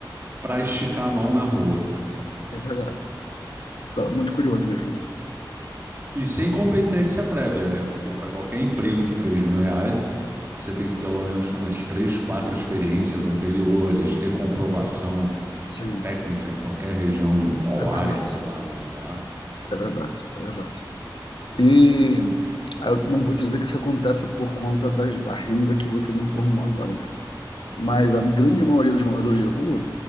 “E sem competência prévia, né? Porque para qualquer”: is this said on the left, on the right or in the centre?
Right